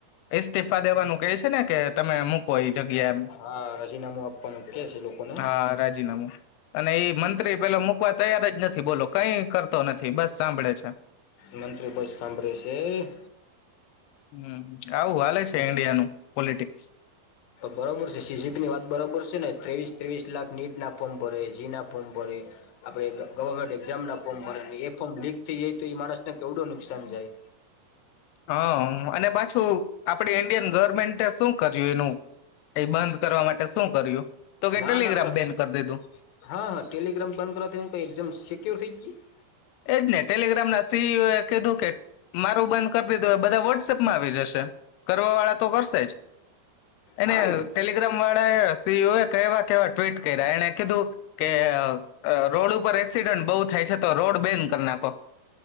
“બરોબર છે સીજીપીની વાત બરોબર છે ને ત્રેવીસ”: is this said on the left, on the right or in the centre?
Left